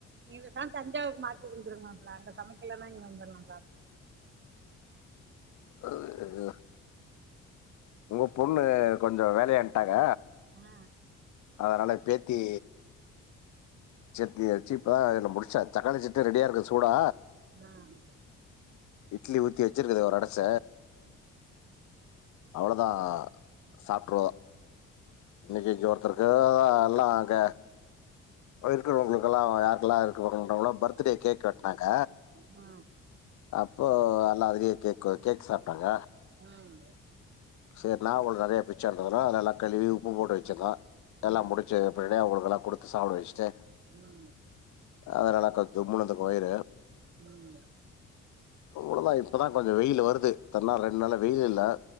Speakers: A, on the right; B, on the left.
A: இததா தஞ்சாவுக்கு மாத்திருந்துருக்கு மாப்ள அங்க சமைக்கலனா இங்க வந்துர்ல சாப்பிட
B: <unintelligible> உங்க பொண்ணு கொஞ்சோ வேலயா இந்ட்டாங்க
A: ஆ
B: அதனால பேத்தி சட்னி அரிச்சு இப்பதா ன்ன முடிச்சா தக்காளி சட்னி ரெடியா இருக்கு சூடா
A: ஆ ம்
B: இட்லி ஊத்தி வெச்சிருக்குது ஒரு அடச அவ்ளோதா சாப்ட்ருவோ இன்னிக்கு இங்க ஒருத்தருக்கு <unintelligible> எல்லா அங்க அதா இருக்குறவங்களுக்கெல்லா யாருக்குலா <unintelligible> பர்த்துட்டே கேக்கு வெட்னாங்க
A: ஆ
B: அப்போ அல்லா அதுலியே கேக்கு கேக் சாப்டாங்க
A: ம்
B: சேர் நாவப்பழோ நறைய பிச்சான்ததுலா நல்லா கழுவி உப்பு போட்டு வச்சிருந்தா
A: ம்
B: எல்லா முடிச்சு அப்டியே அங்களுக்குலா குடுத்து சாப்ட வச்சுட்டு
A: ம்
B: அதனால கா தும்முனதுக்கு வயிறு
A: ம்
B: அவ்ளோதா இப்போதா கொஞ்சோ வெயிலு வருது தன்னா ரெண்ட் நாளா வெயிலு இல்ல